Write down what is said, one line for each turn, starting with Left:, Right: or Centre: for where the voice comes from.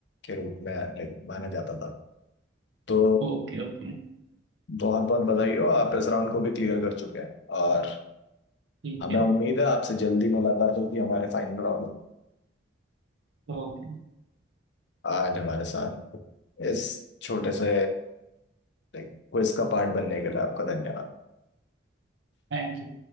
Left: के रूप में लाइक माना जाता था तो
Right: Okay okay
Left: बहुत बहुत बधाई हो आप इस राउंड को भी क्लियर कर चुके हैं और
Right: ठीक
Left: हमें
Right: है
Left: उम्मीद है आपसे जल्दी मुलाकात होगी हमारे फाइनल राउंड में।
Right: ओके
Left: आज हमारे साथ इस छोटे से लाइक क्विज का पार्ट बनने के लिए आपका धन्यवाद
Right: Thank you